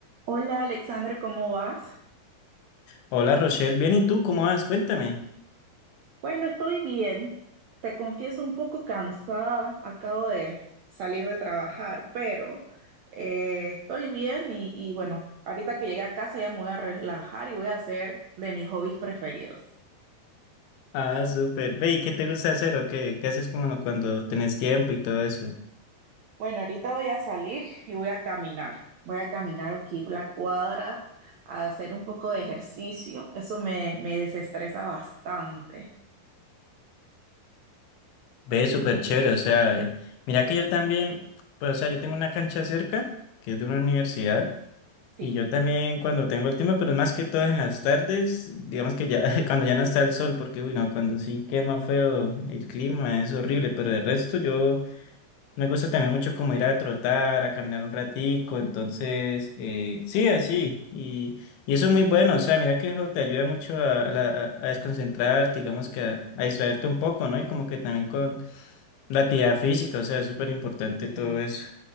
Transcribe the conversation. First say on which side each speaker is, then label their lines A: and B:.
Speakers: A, on the right; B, on the left.
A: Hola Alexandra, ¿cómo vas?
B: Hola Rochelle, bien, ¿y tú cómo vas? Cuéntame.
A: Bueno, estoy bien. Te confieso un poco cansada. Acabo de salir de trabajar, pero eh, estoy bien y, y bueno, ahorita que llegue a casa ya me voy a relajar y voy a hacer de mis hobbies preferidos.
B: Ah, súper. Ve, ¿y qué te gusta hacer o qué? ¿Qué haces como cuando tenés tiempo y todo eso?
A: Bueno, ahorita voy a salir y voy a caminar. Voy a caminar aquí por la cuadra a hacer un poco de ejercicio. Eso me, me desestresa bastante.
B: Ve, súper chévere, o sea, eh, mira que yo también, pues, o sea, yo tengo una cancha cerca, que es de una universidad,
A: Sí.
B: y yo también cuando tengo el tiempo, pero es más que todo en las tardes, digamos que ya, <laughs> cuando ya no está el sol, porque, uy, no, cuando sí quema feo el clima, es horrible, pero de resto yo... Me gusta también mucho como ir a trotar, a caminar un ratico, entonces, eh, sí, así, y, y eso es muy bueno, o sea, mira que eso te ayuda mucho a, a la- a- a desconcentrarte, digamos que a, a distraerte un poco, ¿no? Y como que también con la actividad física, o sea, es súper importante
A: Sí.
B: todo eso.